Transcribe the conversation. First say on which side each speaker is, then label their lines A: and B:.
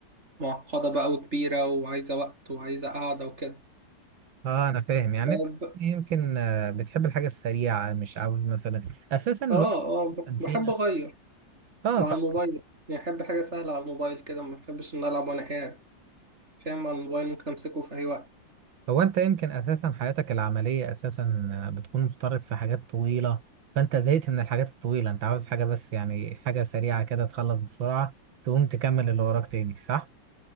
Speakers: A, on the right (about 35°); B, on the right (about 85°).
A: معقدة بقى وكبيرة وعايزة وقت وعايزة قعدة وكده
B: اه انا فاهم يعني
A: ب-
B: انت يمكن آه، بتحب الحاجه السريعه مش عاوز مثلا اساسا الوقت
A: آه آه ب-
B: فينا
A: بحب أغير
B: اه
A: وعلى
B: طب
A: الموبايل يعني بحب حاجة سهلة على الموبايل كده ما بحبش إن ألعب وأنا قاعد فاهم على الموبايل ممكن أمسكه في أي وقت
B: هو انت يمكن اساسا حياتك العمليه اساسا آه، بتكون مختلط في حاجات طويله فانت زهقت من الحاجات الطويله انت عاوز حاجه بس يعني حاجه سريعه كده تخلص بسرعه تقوم تكمل اللي وراك تاني صح